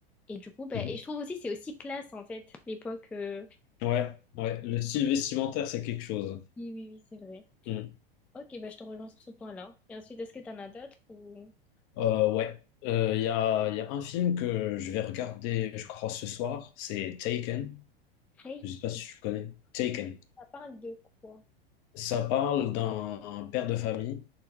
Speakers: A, in the centre; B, on the left (about 50°).
A: Et du coup, ben,
B: Mhm.
A: et je trouve aussi, c'est aussi classe en fait, l'époque. euh,
B: Ouais, ouais. Le style vestimentaire, c'est quelque chose.
A: Oui, oui, oui, c'est vrai.
B: Mhm.
A: Ok, ben je te rejoins sur ce point-là. Et ensuite, est-ce que t'en as d'autres ou...
B: Euh, ouais, Euh, il y a, il y a un film que je vais regarder, je crois, ce soir, c'est Taken.
A: Reiki,
B: Je sais pas si tu connais. Taken.
A: ça parle de quoi?
B: Ça parle d'un un père de famille